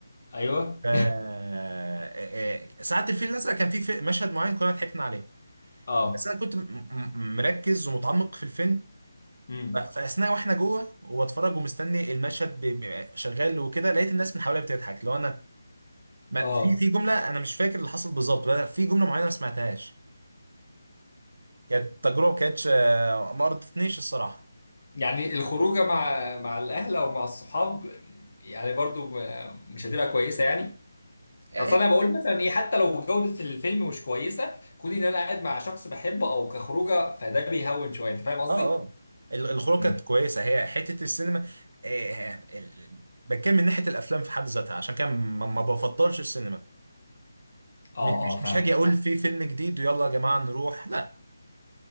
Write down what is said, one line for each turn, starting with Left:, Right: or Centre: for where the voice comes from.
Left: ايوه
Right: ف آه، آه، ساعة الفيل الأزرق كان في في- مشهد معين كنا ضحكنا عليه
Left: اه
Right: بس أنا كنت م- م- مركز ومتعمق في الفيلم
Left: امم
Right: ف- فأثناء وإحنا جوه وبتفرج ومستني المشهد ب- ب- شغال وكده لقيت الناس من حواليا بتضحك لو أنا ما
Left: اه
Right: في في جملة أنا مش فاكر اللي حصل بالظبط بقى في جملة معينة ما سمعتهاش كانت تجربة ما كانتش آه، ما رضتنيش الصراحة
Left: يعني الخروجه مع مع الاهل او مع الصحاب يعني برضو م- مش هتبقى كويسه يعني
Right: آه
Left: اصل انا بقول مثلا ايه حتى لو جوده الفيلم مش كويسه كون ان انا قاعد مع شخص بحبه او كخروجه فده بيهون شويه انت فاهم قصدي؟
Right: آه آه. ال- الخروج
Left: امم
Right: كانت كويسة هي حتة السينما آه، آه، ال- بتكلم من ناحية الأفلام في حد ذاتها عشان كده ما ما بفضلش السينما
Left: اه
Right: م- مش
Left: اه فاهمك
Right: مش هاجي اقول في فيلم جديد ويلا يا جماعه نروح لا